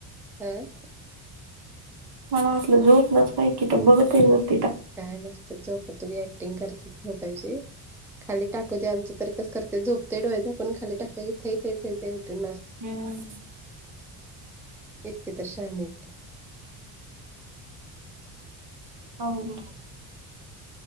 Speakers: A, in the centre; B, on the right.
A: अह.
B: मला वाटलं झोपलात काय कि तर बघतय <unintelligible>
A: काय नुसते झोपायची ऍक्टिंग करत झोपायची खाली टाकू दे आमचं तर कस कर ते झोपते डोळे झाकून खाली टाकला की थै थै थै उठून नाचते.
B: हम्म
A: इतकी तर शहाणे आहेत ते.
B: हो.